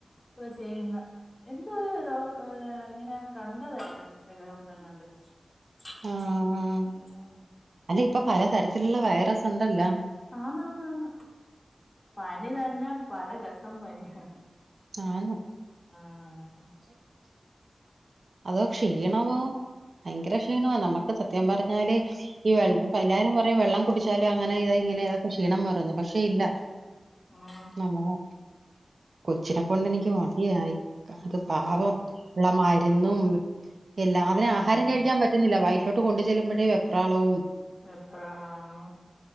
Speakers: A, on the left (about 30°); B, on the right (about 75°).
A: ഒക്കെ ചെയ്യുന്ന എന്തോ ഒരു രോ ഉം ഇങ്ങനെ കണ്ടതായിരുന്നു ഇൻസ്റ്റഗ്രാമിനങ്ങാണ്ട്. <unintelligible> <inaudible> <inaudible>
B: ആഹ്
A: <inaudible>
B: അല്ല ഇപ്പ പലതരത്തിലുള്ള വൈറസ് ഉണ്ടല്ലോ?
A: ആന്നന്ന ആന്ന് പനി തന്നെ പല ടസം പനിയാണ്.
B: ആന്ന്‌.
A: ആഹ്
B: അതോ ക്ഷീണവോ ഭയങ്കര ക്ഷീണമാണ് നമുക്ക് സത്യം പറഞ്ഞാല് ഈ വെള്ളംപ്പ
A: ഉം
B: എല്ലാവാരും പറയും വെള്ളം കുടിച്ചാലും അങ്ങനെ ഇത് ഇങ്ങനെ ഇതൊക്കെ ക്ഷീണം മാറുന്ന്. പക്ഷെ ഇല്ല
A: ഉം
B: നമ്മള് കൊച്ചിനെ കൊണ്ട്
A: ഉം
B: എനിക്ക് മതിയായി അത് പാപം
A: കഷ്ടം.
B: ഉള്ള മരുന്നും എല്ലാതിന്
A: ഉം
B: ആഹാരം കഴിക്കാൻ പറ്റുന്നില്ല വൈറ്റിലോട്ട് കൊണ്ടു ചെല്ലുമ്പഴേ വെപ്രാളവും
A: വെപ്രാളം